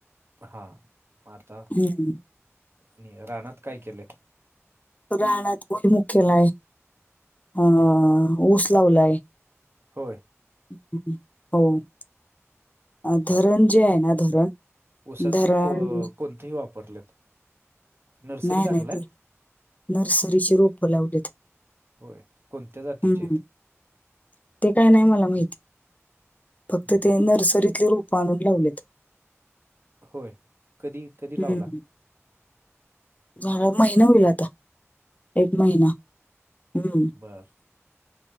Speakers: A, on the right; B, on the left.
A: हा म आता
B: हम्म.
A: आणि रानात काय केलंय?
B: रानात काय मुख्य नाय हा ऊस लावलाय.
A: होय.
B: <unintelligible> अ धरण जे आहे ना धरण
A: ऊसाच
B: धरण
A: कोणतेही वापरलेत. नर्सरीच
B: नाय
A: आणलाय
B: नाय ते नर्सरीची रोप लावलीत.
A: होय कोणत्या जातीचे
B: हं,
A: आहेत?
B: ते काय नाही मला माहिती फक्त
A: बर
B: ते नर्सरीतले रू पाणून लावलेत.
A: होय कधी कधी
B: हं,
A: लावला?
B: झालं महिना होईल आता एक महिना हम्म.
A: बरं.